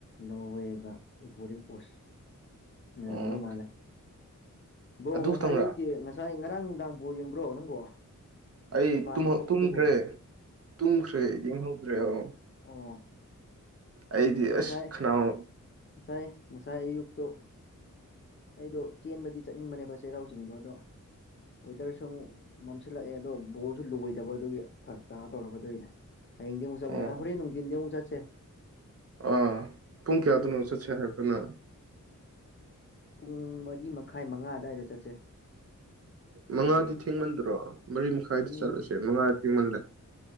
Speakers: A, on the left; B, on the right.
A: ꯅꯣꯔꯋꯦꯒ ꯏ ꯄꯔꯤ ꯀꯣꯁꯗꯧ
B: ꯑꯣ
A: ꯃꯥꯅꯦ ꯕ꯭ꯔꯣ
B: ꯑꯗꯨ
A: ꯉꯁꯥꯏ
B: ꯈꯛꯇꯪꯔ
A: ꯑꯌꯨꯛꯀꯤ ꯉꯁꯥꯏ ꯉꯔꯥꯡ ꯅꯨꯡꯗꯥꯡ ꯄꯥꯎ ꯌꯦꯡꯕ꯭ꯔꯣ ꯅꯪꯕꯣ
B: ꯑꯩ
A: ꯖꯄꯥꯟ ꯊꯣꯛꯄꯗꯨꯕꯣ
B: ꯇꯨꯝꯗ꯭ꯔꯦ ꯇꯨꯝꯈ꯭ꯔꯦ ꯌꯦꯡꯍꯧꯗ꯭ꯔꯦ ꯑꯣꯧ
A: ꯑꯣ
B: ꯑꯩꯗꯤ
A: ꯑꯗꯣ ꯉꯁꯥꯏ
B: ꯑꯁ ꯈꯅꯥꯎ
A: ꯉꯁꯥꯏ ꯉꯁꯥꯏ ꯑꯌꯨꯛꯇꯣ ꯑꯩꯗꯣ ꯆꯦꯟꯕꯗꯤ ꯆꯠꯅꯤꯡꯕꯅꯦꯕ ꯆꯩꯔꯥꯎ ꯆꯤꯡꯗꯣ ꯑꯗꯣ ꯋꯦꯗꯔꯁꯨ ꯑꯃꯨꯛ ꯃꯝꯁꯤꯜꯂꯛꯑꯦ ꯑꯗꯣ ꯕꯣꯜꯁꯨ ꯂꯣꯏꯗꯕꯗꯨꯒꯤ ꯐꯔꯛ ꯇꯥ ꯇꯧꯔꯒꯗꯣꯏꯅꯦ ꯍꯌꯦꯡ ꯑꯃꯨꯛ ꯆꯠꯂꯦ
B: ꯑꯣ
A: ꯍꯣꯔꯦꯟ ꯅꯨꯡꯊꯤꯟꯗꯤ ꯑꯃꯨꯛ ꯆꯠꯁꯦ
B: ꯑꯥ ꯄꯨꯡ
A: ꯁꯤ
B: ꯀꯌꯥꯗꯅꯣꯁꯠꯁꯦ ꯍꯥꯏꯕꯗꯅ
A: ꯄꯨꯡ ꯃꯔꯤ ꯃꯈꯥꯏ ꯃꯉꯥ ꯑ꯭ꯋꯥꯏꯗ ꯆꯠꯁꯦ
B: ꯃꯉꯥꯗꯤ
A: ꯍꯥꯏꯕꯗꯤ
B: ꯊꯦꯡꯃꯟꯗ꯭ꯔꯣ ꯃꯔꯤ ꯃꯈꯥꯏꯗ
A: ꯑꯗꯨꯝ
B: ꯆꯠꯂꯁꯦ ꯃꯉꯥ ꯊꯦꯡꯃꯜꯂꯦ